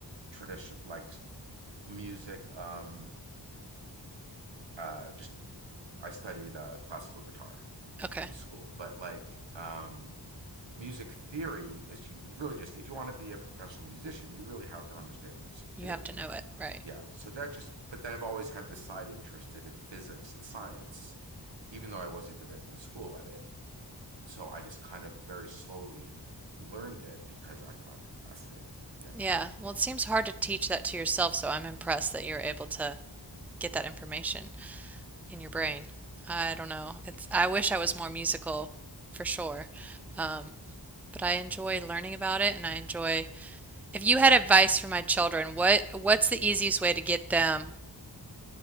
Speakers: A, on the right; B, in the centre.
A: tradition like music. Um, uh, just I studied uh, classical guitar like
B: Okay.
A: in school, but like um, music theory is you really just if you want to be a professional musician, you really have to understand music
B: You
A: theory.
B: have to know it, right?
A: Yeah, so that just but then I've always had this side interested in physics and science, even though I wasn't good at in school at it. So I just kind of very slowly learned it because I find it fascinating. Yeah.
B: Yeah. Well, it seems hard to teach that to yourself, so I'm impressed that you're able to get that information in your brain. I don't know. It's I wish I was more musical for sure. Um, but I enjoy learning about it and I enjoy if you had advice for my children, what what's the easiest way to get them